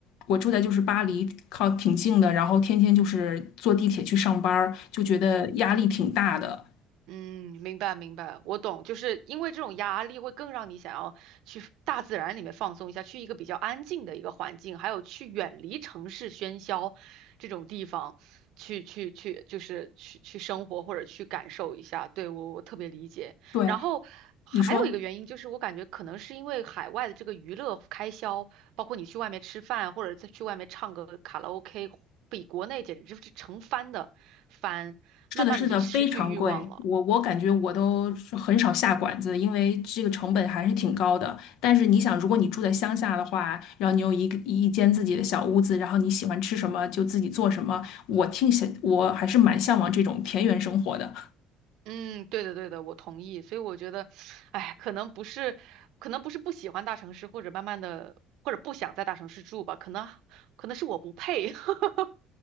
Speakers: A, on the left (about 80°); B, on the right (about 75°).
A: 我住在就是巴黎，靠挺近的，然后天天就是坐地铁去上班儿就觉得压力挺大的。
B: 嗯。嗯，明白明白，我懂，就是因为这种压力会更让你想要去大自然里面放松一下，去一个比较安静的一个环境，还有去远离城市喧嚣这种地方，去去去，就是去去生活或者去感受一下。对，我我特别理解。
A: 对，
B: 然后还有一个原因就是，
A: 你说。
B: 我感觉可能是因为海外的这个娱乐开销，包括你去外面吃饭或者再去外面唱个卡拉 OK，比国内简直是成翻的翻，慢慢的就失去欲望了。
A: 是的，是的，非常贵。我我感觉我都是很少下馆子，因为这个成本还是挺高的。但是你想，如果你住在乡下的话，然后你有一个一间自己的小屋子，然后你喜欢吃什么就自己做什么，我挺想，我还是蛮向往这种田园生活的。
B: 嗯，对的，对的，我同意。所以我觉得，哎，可能不是，可能不是不喜欢大城市，或者慢慢的，或者不想在大城市住吧，可能，可能是我不配。<laughs>